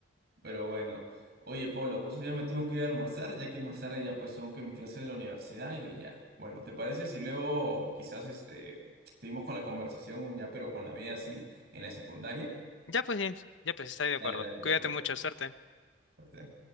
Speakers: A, on the right; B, on the left.
A: Pero bueno, oye Pablo, justo ya me tengo que ir a almorzar, ya que más tarde ya pues tengo que mis clases de la universidad y ya. Bueno, ¿te parece si luego quizás este, seguimos con la conversación ya, pero con la vida así en la secundaria?
B: Ya pues, James, ya pues, estoy de acuerdo.
A: Dale, dale, Pablo.
B: Cuídate mucho, suerte.
A: Suerte.